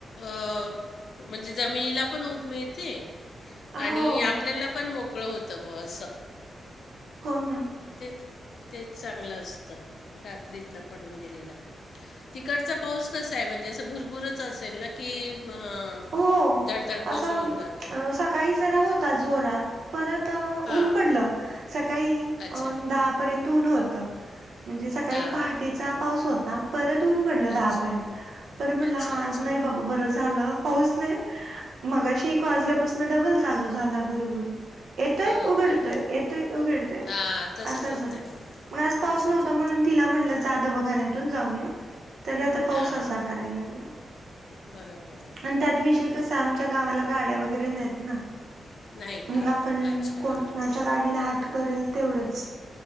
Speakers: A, on the left; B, on the right.
A: अ म्हणजे जमिनीला पण उब मिळते. आणि
B: हो
A: आपल्याला पण मोकळं होतं ब असं.
B: हो ना.
A: तेच तेच चांगलं असतं रात्रीतन पडून गेलेला. तिकडचा पाऊस कसा आहे. म्हणजे असं भुरभुरच असेल ना की अ म
B: हो.
A: धडधड कोसळून
B: असं,
A: जातो
B: सकाळी जरा होता जोरात परत अ
A: हां
B: ऊन पडलं. सकाळी
A: अच्छा
B: अ दहा पर्यंत ऊन होत. म्हणजे सकाळी
A: हां
B: पहाटेचा पाऊस होता. परत ऊन पडलं दहापर्यंत.
A: अच्छा
B: परत म्हटलं
A: अच्छा
B: हा
A: अच्छा
B: आज नाही बाबा बरं झालं. पाऊस नाही. मगाशी एक वाजल्यापासून डबल चालू झाला भुरभुर. येतोय
A: हो
B: उघडतोय,
A: का
B: येतोय उघडतोय.
A: हां तसंच
B: असाच
A: होतं
B: होतोय.
A: आहे
B: मग आज पाऊस
A: तसंच
B: नव्हता.
A: होतं
B: म्हणून तिला, म्हटलं जा दवाखान्यातुन जाऊन ये. तर आता
A: आहे
B: पाऊस
A: हां
B: असा करायला लागला.
A: बरोबर. आहे
B: आणि त्यात विषय कसा आमच्या गावाला गाड्या वगैरे नाहीत ना.
A: नाही
B: मग
A: का
B: आपण
A: अच्छा
B: कोणाच्या गाडीला हात करेल तेवढंच,